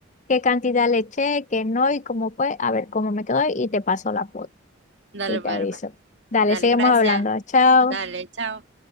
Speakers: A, on the left (about 35°); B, on the right (about 60°).
A: qué cantidad le eché, qué no y cómo fue. A ver cómo me quedó y te paso la foto
B: Dale,
A: y te
B: dale, dale.
A: aviso.
B: pues.
A: Dale,
B: Dale,
A: seguimos
B: gracias.
A: hablando. Chao.
B: Dale, chao.